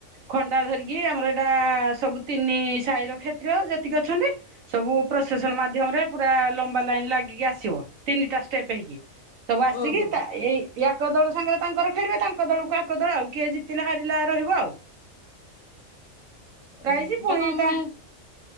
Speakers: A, on the right (about 75°); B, on the left (about 65°).
A: ଖଣ୍ଡା ଧରିକି ଆମର ଏଇଟା ସବୁ ତିନି ସାହିର କ୍ଷେତ୍ରୀୟ ଯେତିକି ଅଛନ୍ତି। ସବୁ ପ୍ରୋସେସନ୍ ମାଧ୍ୟମରେ ପୁରା ଲମ୍ବା ଲାଇନ ଲାଗିକି ଆସିବ। ତିନିଟା ଷ୍ଟେପ୍ ହେଇକି। ସବୁ ଆସିକି
B: ଓହୋ
A: ତା ଏଇ ୟାକ ଏକ ଦଳ ସାଙ୍ଗରେ ତାଙ୍କର ଖେଳିବେ। ତାଙ୍କ ଦଳକୁ ଆକ ଦଳ ଆଉ। କିଏ ଜିତିଲେ ହାରିଲା ରହିବ ଆଉ।
B: ଓହୋ।
A: ପ୍ରାଇଜ
B: ହେଟା
A: ପୁଣି
B: କଣ
A: ତା
B: ମାନେଁ